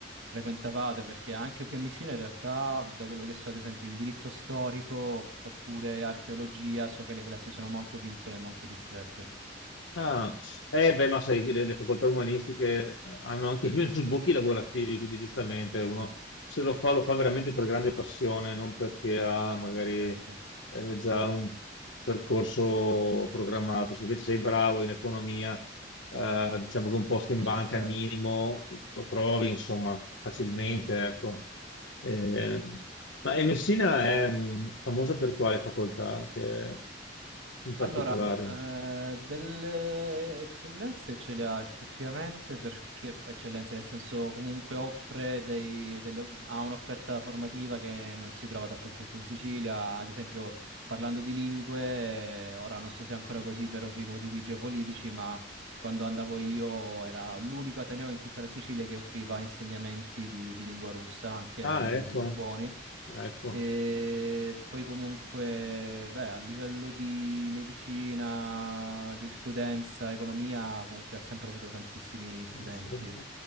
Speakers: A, on the right (about 85°); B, on the left (about 80°).
A: frequentavate, perché anche qui a Messina in realtà, da quello che so, ad esempio, indirizzo storico oppure archeologia, so che le classi sono molto piccole, molto ristrette.
B: Ah, eh beh, ma sai, le, le facoltà umanistiche eh, hanno anche <laughs> meno sbocchi
A: Sì.
B: lavorativi, quindi giustamente uno se lo fa, lo fa veramente per grande passione, non perché ha magari
A: Certo,
B: eh, già un percorso programmato. Se invece sei bravo in economia, eh, diciamo che un posto
A: si
B: in
A: può
B: banca
A: spaziare.
B: al minimo lo trovi, insomma, facilmente,
A: Sì, sì, sì.
B: ecco. Eh, ma e Messina è mh, famosa per quale facoltà che in particolare?
A: Allora, eh, delle eccellenze ce le ha effettivamente perché, eccellenze nel senso comunque offre dei, delle- ha un'offerta formativa che non si trova dappertutto in Sicilia, ad esempio parlando di lingue, eh, ora non so se è ancora così per ovvi motivi geopolitici, ma quando andavo io era l'unico ateneo in tutta la Sicilia che offriva insegnamenti di, di lingua russa anche
B: Ah,
A: a livelli
B: ecco.
A: molto buoni.
B: Ecco,
A: E poi comunque, beh, a livello di medicina, giurisprudenza, economia, comunque ha sempre avuto tantissimi studenti.
B: sì, sì.